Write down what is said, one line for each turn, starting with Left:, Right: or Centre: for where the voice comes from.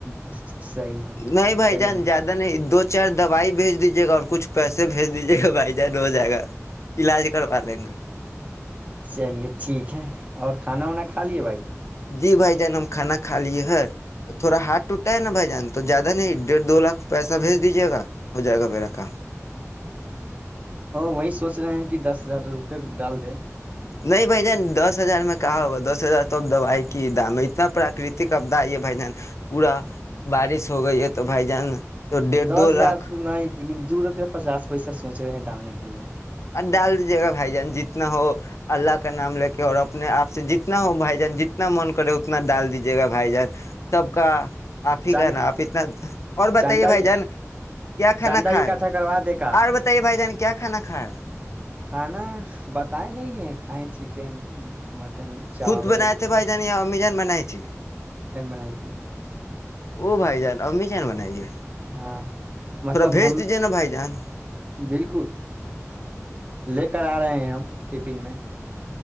Right: <inaudible> ہیں
Left: نہیں بھائی
Right: صحیح
Left: جان
Right: رہ
Left: زیادہ نہیں دو کچ چار دوائی بھیج دیجے گا اور کچھ پیسے بھیج دیجیے گا بھائی جان ہو جائے گا علاج کروا لیں گے
Right: چلیے ٹھیک ہے اور کھانا وانا کھا لیے بھائی جان
Left: جی بھائی جان ہم کھانا کھا لیے ہے تھوڑا ہاتھ ٹوٹا ہے نا بھائی جان تو زیادہ نہیں ڈیڑھ دو لاکھ پیسہ بھیج دیجیے گا ہو جائے گا میرا کام
Right: وہی سوچ رہے ہیں کہ دس ہزار روپئے ڈال <inaudible>
Left: نہیں بھ جان دس ہزار میں کہاں ہوگا دس ہزار تو اب دوائی کی دام ہے اتنا پراکرتک آبدا ہے بھ جان پورا بارش ہو گئی ہے تو بھائی جان تو ڈیڑھ
Right: دس
Left: دو لاکھ
Right: ہزار تو نہیں لیکن دور پچاس پیسہ سوچ رہے ہیں ڈالنے کے لیے
Left: ڈال دیجیے گا بھائی جان جتنا ہو اللہ کا نام لے کے اور اپنے آپ سے جتنا ہو بھائی جتنا من کرے اتنا ڈال دیجیے گا بھائی جان سب کا آپ ہی
Right: چاند
Left: کہناا آپ اتنا اور بتائیے
Right: چاندہ
Left: بھائی جان کیا کھانا
Right: چاندہ
Left: کھا
Right: اکٹھا
Left: ہے
Right: کروا دے کا
Left: اور بتائیے بھائی جان کیا کھانا کھا ہے
Right: کھانا بتائے نہیں ہے کھائیں چکن مٹن چاول
Left: خود بنایا تھے بھائی جان یہ امی جان بنائے تھی
Right: <inaudible>
Left: او بھائی جان امی کیان بنائیے
Right: ہاں مطلب
Left: تھوڑا بھیج
Right: ہم
Left: دیجیے نا بھائی جان
Right: بالکل لے کر آ رہے ہیں ہم ٹفن میں